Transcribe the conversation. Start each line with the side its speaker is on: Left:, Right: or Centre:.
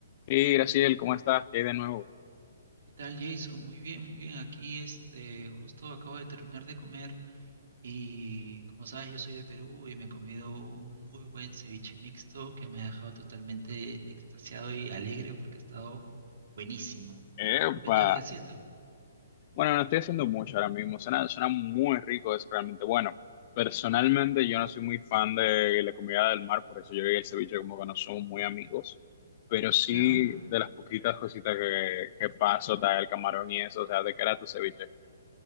Left: Y Graciel, ¿cómo estás? ¿Qué hay de nuevo?
Right: ¿Qué tal, Jason? Muy bien, muy bien. Aquí, este, justo acabo de terminar de comer y, como sabes, yo soy de Perú y me he comido un muy buen ceviche mixto que me ha dejado totalmente extasiado y alegre porque ha estado buenísimo.
Left: Epa.
Right: ¿Tú qué tal? ¿Qué haciendo?
Left: Bueno, no estoy haciendo mucho ahora mismo. Suena, suena muy rico, es realmente bueno. Personalmente, yo no soy muy fan de la comida del mar, por eso yo y el ceviche como que no somos muy amigos. Pero sí,
Right: ¿Ya?
Left: de las poquitas cositas que, que paso, tal, el camarón y eso, o sea, ¿de qué era tu ceviche?